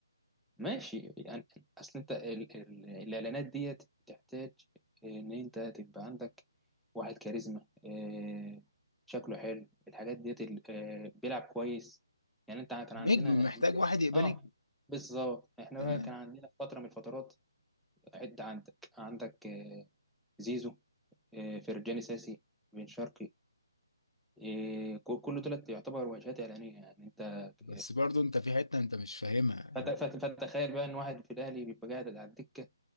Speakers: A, in the centre; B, on the left (about 80°).
A: ماشي يعني اصل انت ال... ال... الاعلانات ديت بتحتاج ان انت تبقى عندك واحد كاريزما آه، شكله حلو الحاجات ديت ال- آه، بيلعب كويس يعني انت كان عندنا
B: نجم محتاج واحد يبقى
A: اه
B: نجم
A: بالظبط احنا
B: تمام
A: بقى كان عندنا في فتره من الفترات عد عندك عندك آه، زيزو آه، فرجاني ساسي بن شرقي إيه، ك- كله تلات يعتبر واجهات إعلانية يعني أنت
B: بس
A: إيه،
B: برضو انت في حتة انت مش فاهمها
A: فت- فت- فتخيل بقى إن واحد في الأهلي بيبقى قاعد على الدكة